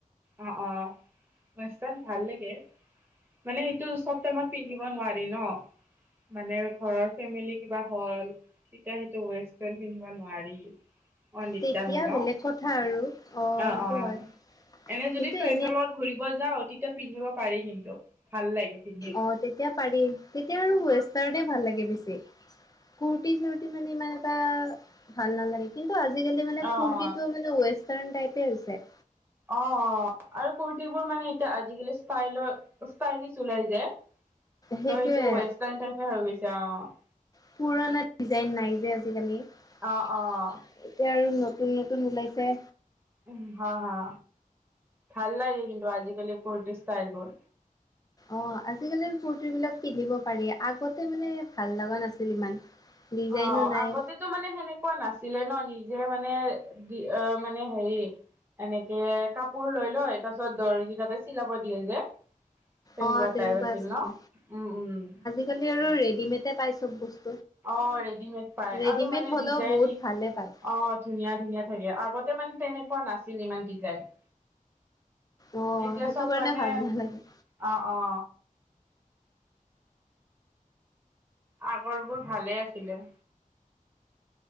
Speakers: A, on the right; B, on the left.
A: অ অ', মান ভাল লাগে। মানে সেইটো চব টাইমত পিন্ধিব নোৱাৰি ন--' মানে ঘৰৰ ফেমিলি কিবা হ'ল তেতিয়া সেইটো ৱেষ্টাৰ্ণ পিন্ধিব নোৱাৰি। অ', দিগদাৰ
B: তেতিয়া
A: হয় ন
B: বেলেগ কথা আৰু
A: অ
B: সেইটো
A: অ',
B: হয়।
A: এনে যদি
B: কিন্তু
A: ফ্ৰেণ্ডৰ
B: এনে
A: লগত ঘূৰিব যাওঁ তেতিয়া পিন্ধিব পাৰি কিন্তু, ভাল লাগে। পিন্ধি
B: অ', তেতিয়া পাৰি তেতিয়া, আৰু ৱেষ্টাৰ ভাল লাগে বেছি। কুটি চুটি মানে ইমান এটা ভাল নালাগে। কিন্তু, আজিকালি মানে
A: অ
B: কুৰ্তটোও
A: অ
B: মানে ৱেষ্টাৰ্ণ টাইপে হৈছে।
A: অ অ'। আৰু কুুৰ্তিবোৰ মানে এতিয়া আজিকালি ষ্টাইল, ষ্টাইলিচ ওলাই যায়
B: সেইটোয়ে
A: ত' সেইটো ৱেষ্টাৰ্ণ টাইপ হৈ গৈছে অ',
B: পুৰণা ডিজাইন নাই যে আজিকালি। এতিয়া
A: অ', অ',
B: আৰু নতুন নতুন ওলাইছে।
A: উম্, হা হা ভাল লাগে কিন্তু আজিকালি কুৰ্টি ষ্টাইল বোৰ।
B: অ', আজিকালি কুৰ্তি বিলাক পিন্ধিব পাৰি। আগতে মানে ভাল লগা নাছিল ইমান। ডিজাইনো
A: অ', অ',
B: নাই
A: আগতে। টো মানে সেনেকুৱা নাছিলে ন। নিজে মানে দি অ', মানে হেৰি। এনেকে কাপোৰ লৈ লয়, তাৰপিছত দৰ্জি তাতে চিলাব দিয়ে যে। তেনেকুৱা
B: অ
A: টাইপ আছিল
B: আছিলে
A: ন। উম্, উম্।
B: আজিকালি আৰু ৰেডিমেডে পাই চব বস্তু।
A: অ', ৰেডিমেড পায়
B: ৰেডিমেড
A: আৰু মানে
B: হলেও
A: ডিজাইন
B: বহুত ভালে পায়
A: অ'। ধুনীয়া ধুনীয়া থাকে, আগতে মানে তেনেকুৱা নাছিল ইমান ডিজাইন।
B: অ',
A: এতিয়া
B: সেইটো
A: চব
B: কাৰণে
A: মানে
B: ভাল নালাগে।
A: অ', অ', আগৰ বোৰ ভালে আছিলে।